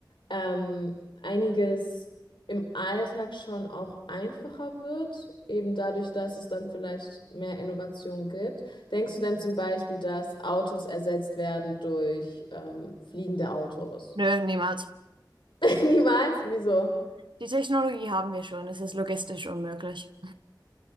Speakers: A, on the left; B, on the right.
A: ähm, einiges im Alltag schon auch einfacher wird, eben dadurch, dass es dann vielleicht mehr Innovation gibt. Denkst du denn zum Beispiel, dass Autos ersetzt werden durch ähm, fliegende Autos?
B: Nö, niemals.
A: <laughs> Niemals? Wieso?
B: Die Technologie haben wir schon, es ist logistisch unmöglich.